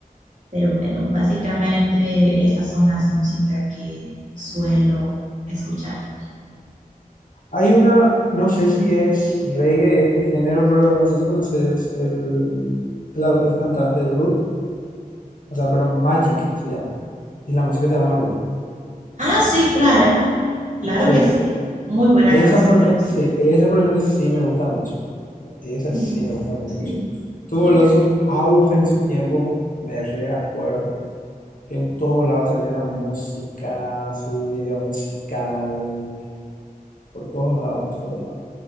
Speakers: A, on the right (about 55°); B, on the left (about 65°).
A: Pero bueno, básicamente esas son las músicas que suelo escuchar.
B: Hay una, no sé si es reggae este género, pero no sé si conoces el, el, el cantante Ruth, o sea, perdón, Magic se llama, y la música se llama Ruth.
A: Ah, sí, claro, claro
B: Sí,
A: que sí. Muy buena
B: esa
A: canción,
B: por
A: me
B: ejemplo,
A: gusta.
B: sí, esa por ejemplo sí me gusta mucho, esa
A: Mm,
B: sí me gusta mucho.
A: Sí,
B: Tuvo
A: excelente.
B: el su auge en su tiempo, me reacuerdo, que en todos lados salía la música, su video musical, por todos lados, por todos lados.